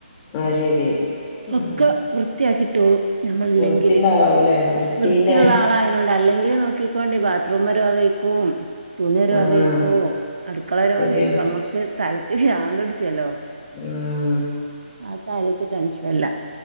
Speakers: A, on the left (about 20°); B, on the right (about 60°).
A: ആഹ് ശരി ആഹ്
B: ഒക്ക വൃത്തിയാക്കിട്ടോളും ഞമ്മളില്ലെങ്കില്
A: വൃത്തിന്റെ ആളാവൂലേ വൃത്തിന്റെ
B: വൃത്തിള്ള ആളായ നോണ്ട് അല്ലെങ്കില് നോക്കിക്കോണ്ടി ബാത്ത്റൂമൊരു വകേയിക്കും തുണിയൊരു
A: ആഹ്
B: വകേയിക്കും അടുക്കളൊരു
A: ശരിയാണ്
B: വകേയിക്കും അമ്മക്ക് തലക്ക് പിരാന്ത് പിടിച്ച്യല്ലോ.
A: ഉം
B: അത് ലോചിച്ച് ടെൻഷൻലാ